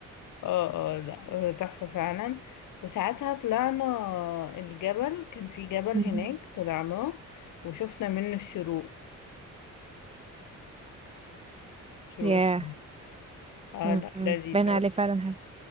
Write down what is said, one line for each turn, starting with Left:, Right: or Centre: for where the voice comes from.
Left: اه اه لا آه، تحفة فعلا وساعتها طلعنا الجبل كان في جبل
Right: مم.
Left: هناك طلعناه وشفنا منه الشروق شروق
Right: يا
Left: الشمس اه
Right: مم.
Left: لا لذيذ
Right: باين
Left: اوي
Right: عليه فعلا حاجة